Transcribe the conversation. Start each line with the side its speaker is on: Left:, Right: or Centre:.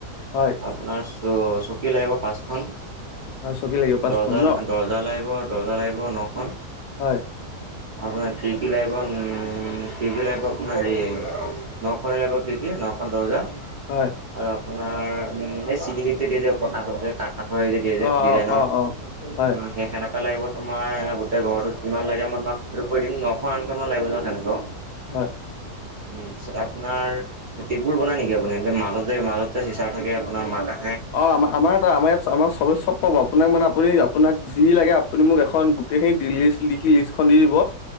Left: হয়
Right: আপোনাৰ চ চকী লাগিব পাচ খন,
Left: হয় চকী লাগিব পাঁচখন
Right: দৰ্জা-দৰ্জা
Left: ন
Right: লাগিব-দৰ্জা লাগিব নখন।
Left: হয়
Right: আপোনাৰ খিৰিকী লাইভন খিৰিকী লাইভ আপোনাৰ হেৰি নখনে লাগিব খিৰিকী কি নখন দৰ্জা
Left: হয়
Right: আৰু আপোনাৰ এই চিলিঙ দিয়ে যে প্ৰকাহুধ যে কা-কাঠৰ যে দিয়ে যে
Left: অ অ
Right: ডিজাইনৰ
Left: অ অ হয়
Right: উম', সেই সেনে এটা লাগিব তোমাৰ গোটেই ঘৰটো যিমান লাগে মই তোমাক সেইটো কৈ দিম নশ আঠশমান লাগিবা তেনেকুৱাও
Left: হয়
Right: উ ', তাৰছত আপোনাৰ টেবুল বনাই নেকি আপুনি এ মাজত যে মাজত যে চিচাৰ থাকে আপোনাৰ মাকা
Left: অহ আমাৰ আমাৰ আমাৰ ইয়াত আমাৰ চব চব পাব আপোনাক মানে আপুনি আপোনাক যি লাগে আপুনি মোক এখন গোটেইখিনি দীনেশ লিখি লিষ্টখন দি দিব।